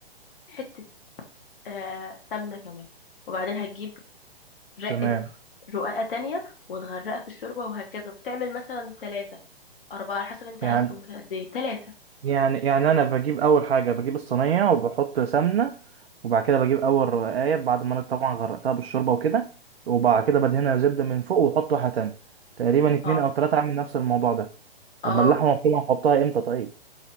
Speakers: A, on the left (about 60°); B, on the right (about 75°).
A: حته آه سمنة كمان وبعدين هتجيب رقة
B: تمام
A: رقاقة تانية وتغرقها في الشوربة وهكذا بتعمل مثلا تلاتة أربعة على حسب انت
B: يعني
A: عايز سمك قد ايه تلاتة
B: يعني يعني انا بجيب اول حاجه بجيب الصينيه وبحط سمنه وبعد كده بجيب اول رقايه بعد ما انا طبعا غرقتها بالشوربه وكده وبعد كده بدهنها زبده من فوق واحط واحده تانية تقريبا اتنين
A: اه
B: او تلاته اعمل نفس الموضوع ده
A: اه
B: لما اللحمه مفرومه احطها امتى طيب؟